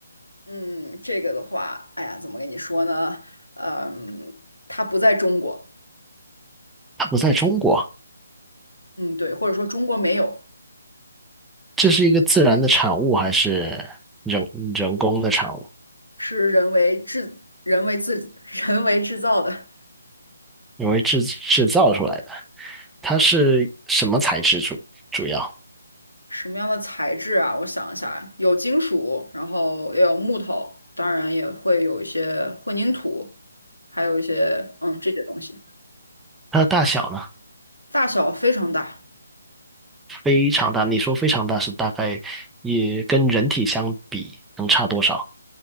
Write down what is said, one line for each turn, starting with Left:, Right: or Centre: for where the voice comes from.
Left: 嗯，这个的话，哎呀，怎么跟你说呢？嗯，它不在中国，
Centre: 它不在中国，
Left: 嗯，对，或者说中国没有，
Centre: 这是一个自然的产物还是人人工的产物？
Left: 是人为制、人为自、<laughs> 人为制造的。
Centre: 因为制制造出来的，它是什么材质主主要？
Left: 什么样的材质啊？我想一下啊有金属，然后也有木头，当然也会有一些混凝土，还有一些嗯这些东西，
Centre: 它的大小呢？
Left: 大小非常大，
Centre: 非常大。你说非常大是大概也跟人体相比能差多少？